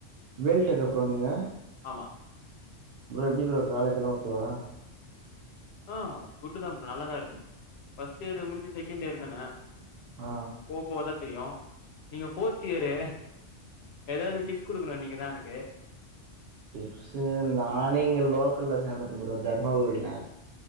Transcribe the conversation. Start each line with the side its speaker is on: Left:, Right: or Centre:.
Right: வேல்டெக்கா ப்ரோ நீங்க
Left: மா
Right: ப்ரோ எப்டி ப்ரோ காலேஜ்ல்லாம் ஓக்கேவா
Left: ஆஹ் குட்டு தான் ப்ரோ நல்லாதான் இருக்கு ஃபர்ஸ்ட் இயர முடுச்சு செகண்ட் இயர் தான
Right: ஆ
Left: போக போகதான் தெரியும் நீங்க ஃபோர்த் இயரு ஏதாவது டிப்ஸ் குடுக்கணும் நீங்கதான் எனக்கு
Right: டிப்ஸு நானே இங்க லோக்கல்ல சேந்துட்டே ப்ரோ தர்மாபுரில